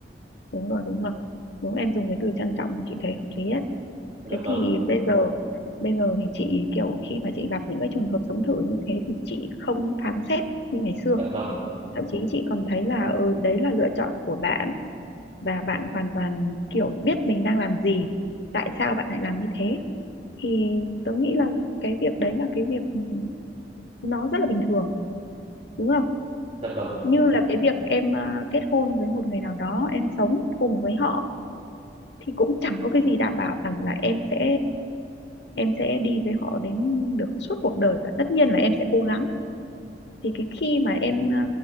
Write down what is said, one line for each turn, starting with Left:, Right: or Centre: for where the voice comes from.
Left: đúng rồi đúng rồi đúng em dùng cái từ trân trọng mà chị thấy hợp lý ấy
Right: dạ
Left: thế
Right: vâng
Left: thì bây giờ bây giờ thì chị kiểu khi mà chị gặp những cái trường hợp sống thử như thế thì chị không phán xét như ngày xưa
Right: dạ vâng
Left: thậm chí chị còn thấy là ừ, đấy là lựa chọn của bạn và bạn hoàn toàn kiểu biết mình đang làm gì tại sao bạn lại làm như thế thì tớ nghĩ là cái việc đấy là cái việc ừ, nó rất là bình thường đúng không
Right: dạ vâng
Left: như là cái việc em ờ, kết hôn với một người nào đó em sống cùng với họ thì cũng chẳng có cái gì đảm bảo rằng là em sẽ em sẽ đi với họ đến được suốt cuộc đời và tất nhiên là em sẽ cố gắng thì cái khi mà em ờ,